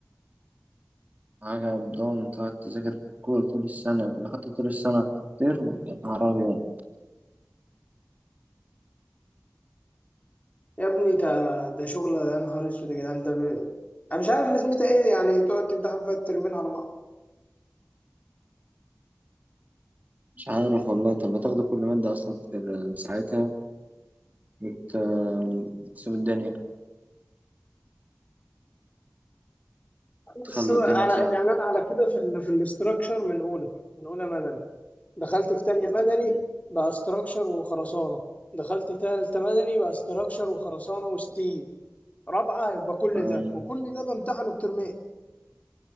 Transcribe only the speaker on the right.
حاجة قدام تقعد تذاكر كورة طول السنة اللي خدت طول السنة ترم يا نهار أبيض
مش عارف والله طب ما تاخدوا كل مادة أصلا في ال- ساعتها بت- بتسيب الدنيا تخلوا
الدنيا
سهلة
مم.
آه،